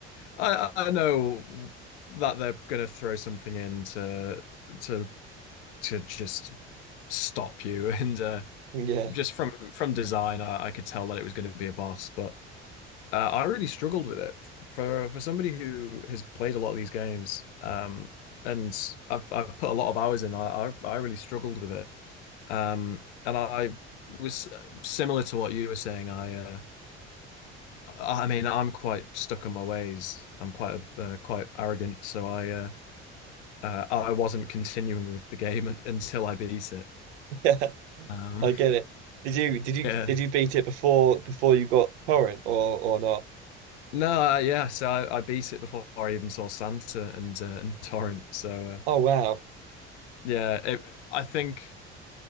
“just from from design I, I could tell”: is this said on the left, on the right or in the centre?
Left